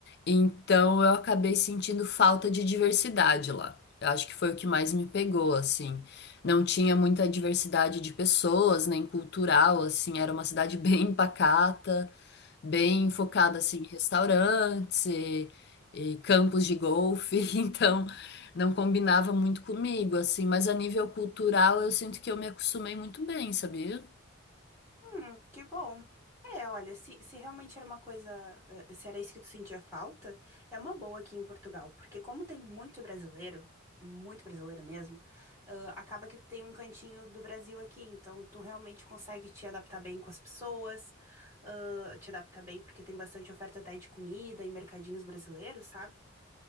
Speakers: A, on the left (about 50°); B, on the right (about 15°).
A: então eu acabei sentindo falta de diversidade lá. Eu acho que foi o que mais me pegou, assim. Não tinha muita diversidade de pessoas, nem cultural, assim. Era uma cidade <laughs> bem pacata, bem focada, assim, em restaurantes e, e campos de golfe. <laughs> Então, não combinava muito comigo, assim. Mas a nível cultural, eu sinto que eu me acostumei muito bem, sabia?
B: Hum, que bom. É, olha, se, se realmente era uma coisa, eh, se era isso que tu sentia falta, é uma boa aqui em Portugal, porque como tem muito brasileiro, muito brasileiro mesmo, ah, acaba que tu tem um cantinho do Brasil aqui, então tu realmente consegue te adaptar bem com as pessoas, ah, te adaptar bem porque tem bastante oferta até de comida e mercadinhos brasileiros, sabe?